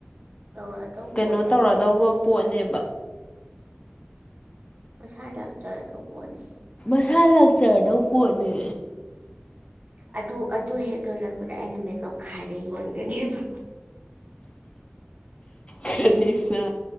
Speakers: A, on the right; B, on the left.
A: ꯇꯧꯔꯛꯑꯗꯧ
B: ꯀꯩꯅꯣ
A: ꯄꯣꯠꯅꯦꯕ
B: ꯇꯧꯔꯗꯧꯕ ꯄꯣꯠꯅꯦꯕ
A: ꯄꯩꯁꯥ ꯂꯥꯛ ꯆꯔꯗꯧꯄꯣꯠꯅꯤ
B: ꯃꯁꯥ ꯂꯥꯛꯆꯔꯗꯧ ꯄꯣꯠꯅꯦ
A: ꯑꯗꯨ ꯑꯗꯨ ꯍꯦꯛ ꯂꯣꯏꯔꯛꯄꯗ ꯑꯩꯅ ꯃꯦꯀꯞ ꯈꯥꯏꯔ ꯌꯣꯟꯒꯅꯦꯕ
B: ꯈꯅꯤꯁꯅ